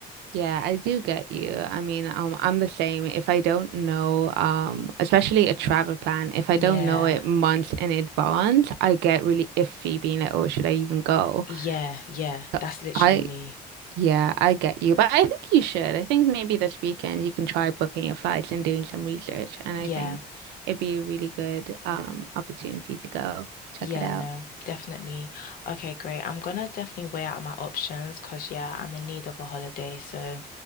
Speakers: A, on the right (about 85°); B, on the left (about 60°).
A: Yeah, I do get you. I mean, um, I'm the same. If I don't know, um, especially a travel plan, if I
B: Yeah.
A: don't know it months in advance, I get really iffy being like, oh, should I even go?
B: Yeah, yeah.
A: So
B: That's literally
A: I,
B: me.
A: yeah, I get you. But I think you should. I think maybe this weekend you can try booking your flights and doing some research. And I
B: Yeah.
A: think it'd be a really good, um, opportunity to go check
B: Yeah,
A: it out.
B: no, definitely. Okay, great. I'm gonna definitely weigh out my options because, yeah, I'm in need of a holiday. So